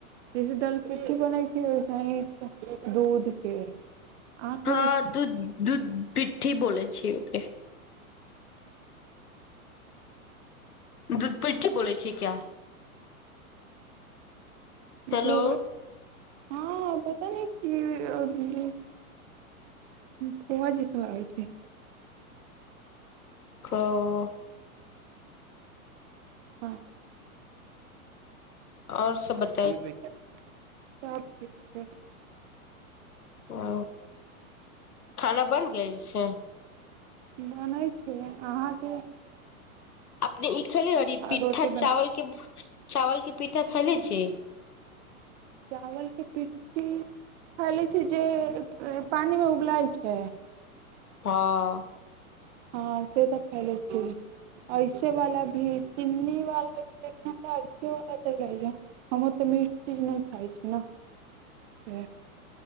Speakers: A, on the right; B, on the left.
A: जैसे दाल पिट्टी बनाै छै वैसैही दूध के अहाँ
B: हाँ
A: खैले छी
B: दूध दूध पिट्ठी बोलै छी ओके दूधपिट्ठी बोलै छी क्या हेलो
A: हो
B: <inaudible>
A: हाँ पता न क खोआ जैसन लागे छै <unintelligible>
B: कऽ
A: हँ
B: और सब बत
A: सब ठीक छै
B: ओ खाना बनि गेल छै
A: बनैत छै अहाँ के
B: अपने ई खेले आर ई पिठ्ठा
A: रोटी बना
B: चावल के चावल के पिठ्ठा खैले छी
A: चावल के पिट्ठी ख लै छी जे पानि में उबलाइ छै
B: हाँ
A: हाँ से तऽ खेलै छी ऐसे वाला भी चीनी वाला भी ऐसे वाला च जा हम ओतऽ मीठ चीज नहि खाइत छी ने से